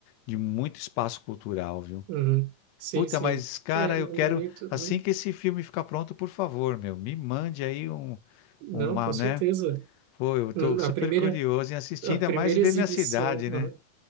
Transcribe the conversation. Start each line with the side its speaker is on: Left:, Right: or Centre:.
Left: de muito espaço cultural, viu?
Right: uhum. Sim,
Left: Puta,
Right: sim.
Left: mas cara,
Right: É,
Left: eu
Right: no
Left: quero
Right: momento, uhum.
Left: assim que esse filme ficar pronto, por favor, meu, me mande aí um
Right: Não,
Left: uma,
Right: com
Left: né?
Right: certeza.
Left: Pô, eu tô
Right: Uhum,
Left: super
Right: A primeira,
Left: curioso em assistir,
Right: a
Left: ainda
Right: primeira
Left: mais ver
Right: exibição,
Left: minha cidade,
Right: uhum.
Left: né?